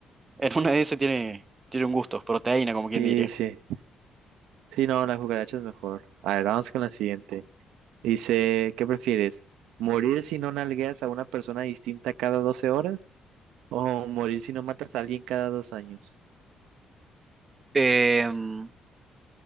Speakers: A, on the right (about 30°); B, on the right (about 85°).
A: en una de esas tiene, tiene un gusto, proteína, como quien
B: Sí,
A: diría.
B: sí. Sí, no, las cucarachas es mejor. A ver, vamos con la siguiente. Dice, ¿qué prefieres? ¿Morir si no nalgueas a una persona distinta cada 12 horas? ¿O morir si no matas a alguien cada dos años?
A: Em,